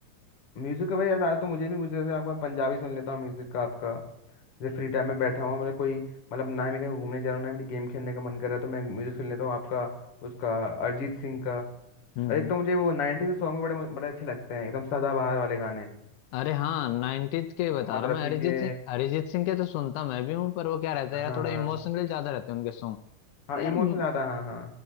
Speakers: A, on the left; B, on the left.
A: म्यूजिक का भाई ऐसा तो मुझे भी मुझे जैसे आपका पंजाबी सुन लेता हूँ म्यूजिक का आपका जैसे फ्री टाइम में बैठा हुआ मतलब कोई मतलब ना ही मैं कहीं घूमने जा रहा हूँ ना ही मेरी गेम खेलने का मन कर रहा है तो मैं म्यूजिक सुन लेता हूँ आपका उसका अरिजीत सिंह का
B: हम्म
A: और एक
B: हम्म
A: तो मुझे वो 90s के सॉन्ग भी बड़े बड़े अच्छे लगते हैं एकदम सदाबहार वाले गाने
B: अरे हाँ नाइनटीज के बता
A: मोहम्मद
B: रहा हूँ
A: रफ़ी
B: मैं अरिजीत
A: के
B: सिंह अरिजीत सिंह के तो सुनता मैं भी हूँ पर वो क्या रहता है यार
A: हाँ
B: थोड़ा
A: हाँ
B: इमोशनली ज्यादा रहते हैं उनके सॉन्ग तो
A: हाँ
B: यार
A: इमोशन
B: म-
A: ज्यादा हाँ हाँ